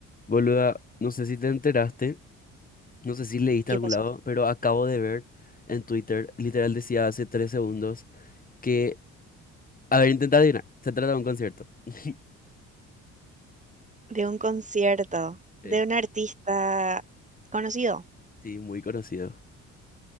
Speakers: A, on the left; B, on the right.
A: Boluda, no sé si te enteraste, no sé si leíste
B: ¿Qué
A: a algún
B: pasó?
A: lado, pero acabo de ver en Twitter, literal decía hace tres segundos, que, a ver, intenta adivinar, se trata de un concierto. <laughs>
B: de un concierto
A: Eh,
B: de un artista conocido.
A: sí, muy conocido,